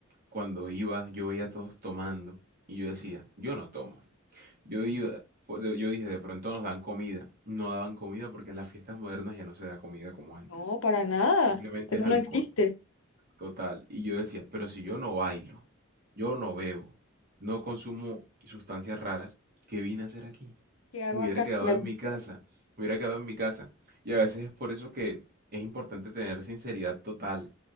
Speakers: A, on the right; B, on the left.
A: cuando iba, yo veía a todos tomando y yo decía, yo no tomo. Yo iba, por- yo dije, de pronto nos dan comida. No daban comida porque en las fiestas modernas ya no se da comida como antes.
B: No, para nada.
A: Simplemente
B: Eso
A: es alcohol.
B: no existe.
A: Total. Y yo decía, pero si yo no bailo, yo no bebo, no consumo sustancias raras, ¿qué vine a hacer aquí?
B: ¿Qué hago
A: Me hubiera
B: acá?
A: quedado
B: Bueno,
A: en mi casa, me hubiera quedado en mi casa. Y a veces es por eso que es importante tener sinceridad total.